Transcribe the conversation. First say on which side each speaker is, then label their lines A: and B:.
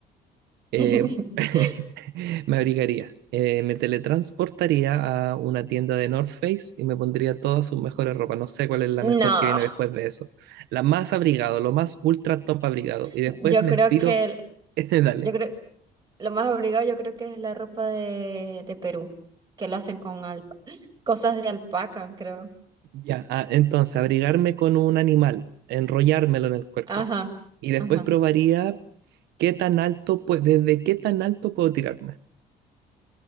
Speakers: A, on the right (about 80°); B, on the right (about 25°).
A: Eh,
B: <laughs>
A: <laughs> me abrigaría. Eh, me teletransportaría a una tienda de North Face y me pondría todas sus mejores ropas. No sé cuál es la
B: No,
A: mejor que viene después de eso. La más abrigado, lo más ultra top abrigado. Y después
B: yo
A: me
B: creo
A: tiro.
B: que,
A: <laughs> Dale.
B: yo creo Lo más obligado yo creo que es la ropa de, de Perú, que lo hacen con alpa- <gasps> cosas de alpaca, creo.
A: Ya. Ah, entonces, abrigarme con un animal, enrollármelo en el cuerpo.
B: Ajá,
A: Y después
B: ajá,
A: probaría qué tan alto, pues, desde qué tan alto puedo tirarme.